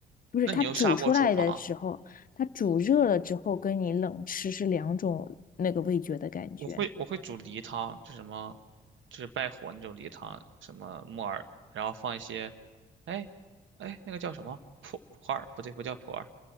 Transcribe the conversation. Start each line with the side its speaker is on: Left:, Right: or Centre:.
Left: 不是它煮出来的时候，
Right: 那你用砂锅煮吗？
Left: 它煮热了之后跟你冷吃是两种那个味觉的感觉。
Right: 我会我会煮梨汤，就什么，就是败火那种梨汤，什么木耳，然后放一些，哎，哎，那个叫什么普普洱？不对，不叫普洱，